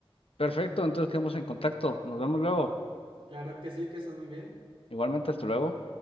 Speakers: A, on the left; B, on the right.
A: Perfecto, entonces quedamos en contacto, nos vemos luego.
B: Claro que sí, que estás muy bien.
A: Igualmente, hasta luego.